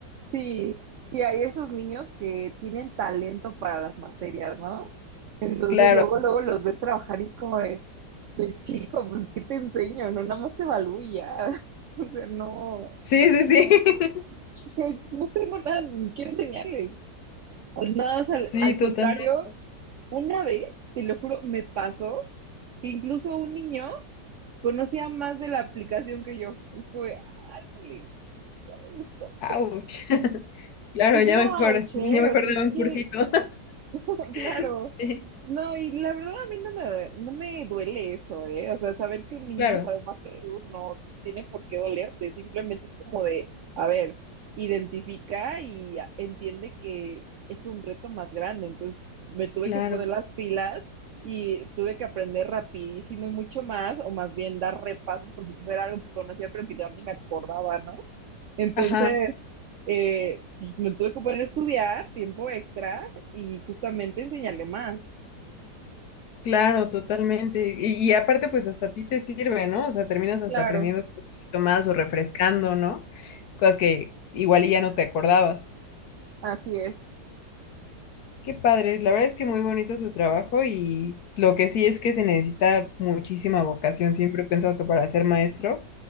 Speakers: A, on the right; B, on the left.
A: Sí, sí, hay esos niños que tienen talento para las materias, ¿no? Entonces,
B: Claro,
A: luego, luego los ves trabajar y es como de, de chico, pues, ¿qué te enseño? No, nada más te evalúo y ya. <laughs> O sea, no. O
B: sí, sí, sí, <laughs>
A: sea, no tengo nada ni que enseñarles. Nada, más al,
B: sí,
A: al
B: totalmente.
A: contrario, una vez, te lo juro, me pasó que incluso un niño conocía más de la aplicación que yo. Es como de, "Árale". ya me gustó.
B: Ouch. <laughs> Claro,
A: Pues
B: ya
A: no,
B: mejor,
A: auché,
B: ya mejor
A: o sea
B: dame
A: es
B: un
A: que,
B: cursito.
A: <laughs> claro,
B: <laughs> Sí,
A: no, y la verdad a mí no me, due- no me duele eso, ¿eh? O sea, saber que un niño
B: claro,
A: sabe más que tú no tiene por qué dolerte, simplemente es como de, a ver, identifica y a- entiende que es un reto más grande, entonces me tuve
B: claro.
A: que poner las pilas y tuve que aprender rapidísimo y mucho más, o más bien dar repasos, porque pues, era algo que conocía pero que ya ni me acordaba, ¿no? Entonces,
B: Ajá.
A: eh, me tuve que poner a estudiar tiempo extra y justamente enseñarle más.
B: Claro, totalmente. Y, y aparte, pues hasta a ti te sirve, ¿no? O sea, terminas hasta
A: Claro,
B: aprendiendo un poquito más o refrescando, ¿no? Cosas que igual y ya no te acordabas.
A: así es.
B: Qué padre. La verdad es que muy bonito tu trabajo y lo que sí es que se necesita muchísima vocación. Siempre he pensado que para ser maestro